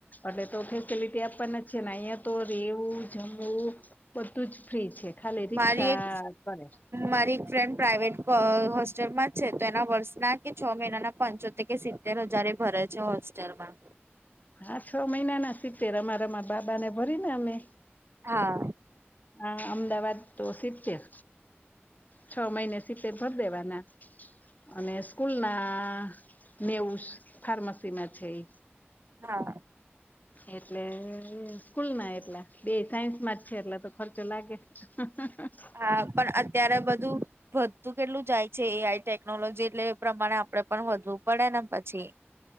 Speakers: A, on the left; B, on the right.
A: એટલે તો ફેસિલિટી આપાના જ છે ને અઇયાં તો રેવું જમવું બધું જ ફ્રી છે ખાલી રિક્ષા
B: મારી એક
A: કરે
B: મારી એક ફ્રેન્ડ પ્રાાઈવેટ પ હોસ્ટેલમાં જ છે તો એના વર્ષના કે છ મહિનાના પંચોતેર કે સી તેર હજાર એ ભરે છે હોસ્ટેલમાં
A: હા છ મહિના ના સિત્તેર અમારામા બાબાને ભરીને અમે
B: હા
A: આ અમદાવાદ તો સિત્તેર છ મહીને સીતેર ભર દેવાના અને સ્કૂલના નેવુંસ ફાર્મસીમાં છે એ
B: હા
A: એટલે સ્કૂલ ના એટલા બે સાયન્સ માં જ છે એટલે તો ખર્ચો લાગે <unintelligible>
B: હા પણ અત્યારે બધું વધતું કેટલું જાય છે એ આઈ ટેકનોલોજી એટલે એ પ્રમાણે આપડે પણ વધવું પડે ને પછી